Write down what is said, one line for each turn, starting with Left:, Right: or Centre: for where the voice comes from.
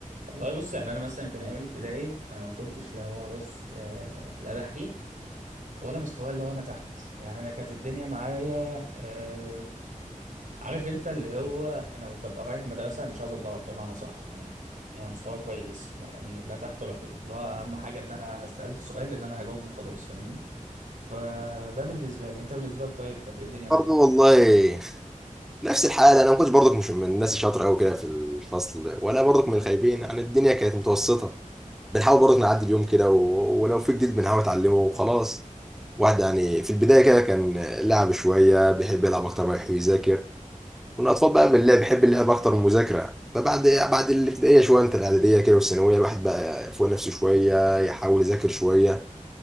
Right: والله بص يعني انا مثلا كان ايام الابتدائي انا ما كنتش لا هو بص آه لا دحيح ولا مستواي اللي هو انا تحت يعني انا كانت الدنيا معايا آه عارف انت اللي هو انا ببقى رايح المدرسه أنا مش عايز اتضرب بمعنى صح يعني يعني مستواي كويس ما- يعني لا تحت ولا فوق اللي هو اهم حاجه ان انا سالت سؤال ان انا هجاوبه خلاص فاهمني فده بالنسبه لي انت بالنسبه لك طيب كانت ايه الدنيا معاك
Centre: برضه والله نفس الحالة أنا ما كنتش برضك مش من الناس الشاطرة أوي كده في الفصل ولا برضك من الخايبين يعني الدنيا كانت متوسطة بنحاول برضك نعدي اليوم كده و... ولو في جديد بنحاول نتعلمه وخلاص واحد يعني في البداية كده كان لعب شوية بيحب يلعب أكتر ما يحب يذاكر والأطفال بقى من اللي بيحب اللعب أكتر من المذاكرة فبعد بعد الابتدائية شوية أنت الإعدادية كده والثانوية الواحد بقى فوق نفسه شوية يحاول يذاكر شوية